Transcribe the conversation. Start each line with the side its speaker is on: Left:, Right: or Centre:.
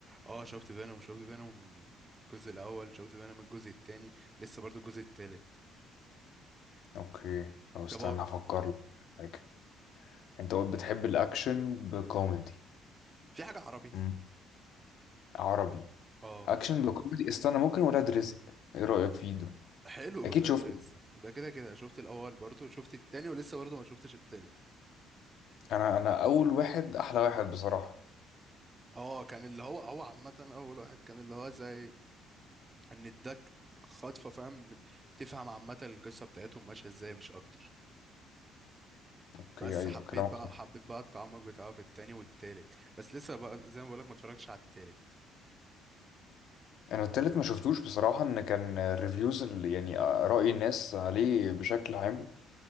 Right: اه شفت فينوم شفت فينوم الجزء الاول شفت فينوم الجزء التاني لسه برضو الجزء التالت
Left: اوكي طب استنى
Right: طب هو
Left: افكر لك في حاجه انت قلت بتحب الاكشن بكوميدي
Right: في حاجه عربي
Left: مم. عربي
Right: اه
Left: اكشن بكوميدي استنى ممكن ولاد رزق ايه رايك فيه ده
Right: حلو
Left: اكيد
Right: <laughs> لا
Left: شفته
Right: دريس ده كده كده شفت الاول برضو شفت التاني ولسه برضو ما شفتش التالت
Left: انا انا اول واحد احلى واحد بصراحه
Right: اه كان اللي هو هو عامه اول واحد كان اللي هو زي ان اداك خطفه فاهم تفهم عامه القصه بتاعتهم ماشيه ازاي مش اكتر
Left: اوكي
Right: بس
Left: ايوه
Right: حبيت
Left: كلامك
Right: بقى
Left: صح
Right: حبيت بقى التعمق بتاعه في التاني والتالت بس لسه بقى زي ما بقولك ما اتفرجتش على التالت
Left: انا التالت ما شفتوش بصراحه ان كان الريفيوز اللي يعني راي الناس عليه بشكل عام